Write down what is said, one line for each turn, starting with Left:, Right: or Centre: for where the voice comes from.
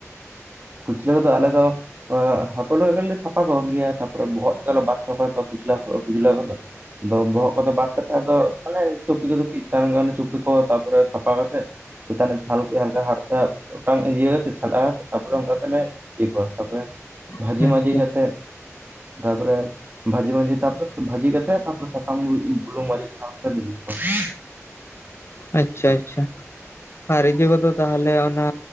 Right: ᱠᱩᱪᱞᱟᱹ ᱫᱚ ᱟᱞᱮ ᱫᱚ ᱦᱟᱹᱠᱩ ᱞᱮᱠᱟ ᱜᱮᱞᱮ ᱥᱟᱯᱷᱟ ᱠᱚ ᱜᱮᱭᱟ ᱵᱚᱦᱚᱜ ᱫᱚᱞᱮ ᱵᱟᱛ ᱛᱟᱠᱚᱶᱟ ᱛᱚ ᱠᱩᱪᱞᱟᱹ ᱦᱟᱹᱠᱩᱶᱟᱜ ᱠᱚ ᱫᱚ ᱵᱚᱦᱚᱜ ᱠᱚᱫᱚ ᱵᱟᱛ ᱟᱪᱪᱷᱟ ᱟᱫᱚ ᱢᱟᱱᱮ ᱪᱩᱯᱤ ᱠᱚᱫᱚ ᱠᱤ ᱛᱟᱦᱮ ᱪᱩᱯᱤ ᱠᱚ ᱛᱟᱯᱚᱨᱮ ᱥᱟᱯᱷᱟ ᱠᱟᱛᱮᱫ ᱪᱮᱛᱟᱱ ᱨᱮ ᱪᱷᱟᱞ ᱠᱤ ᱦᱟᱞᱠᱟ ᱦᱟᱨᱛᱟ ᱚᱴᱟᱝ ᱤᱭᱟᱹ ᱠᱟᱛᱮ ᱪᱷᱟᱰᱟ ᱠᱟᱛᱮᱜ ᱯᱩᱨᱟᱹ ᱚᱱᱠᱟ ᱠᱟᱛᱮᱜ ᱞᱮ ᱤᱭᱟᱹ ᱠᱚᱣᱟ ᱛᱟᱯᱚᱨᱮ ᱵᱷᱟᱹᱡᱤ
Left: ᱟᱪᱪᱷᱟ
Right: ᱢᱟᱹᱡᱤ ᱠᱟᱛᱮᱜ ᱛᱟᱯᱚᱨᱮ ᱵᱷᱟᱡᱮ ᱢᱟᱹᱡᱮ ᱛᱟᱯᱚᱨᱮ ᱵᱷᱟᱹᱡᱤ ᱠᱟᱛᱮᱜ ᱛᱟᱯᱚᱨᱮ ᱥᱟᱥᱟᱝ ᱵᱩᱞᱩᱝ ᱢᱟᱹᱨᱤᱡ ᱥᱟᱶᱛᱮ <inaudible>
Left: ᱟᱪᱪᱷᱟ ᱟᱪᱪᱷᱟ ᱟᱨ ᱤᱭᱟ. ᱠᱚᱫᱚ ᱛᱟᱦᱚᱞᱮ ᱚᱱᱟ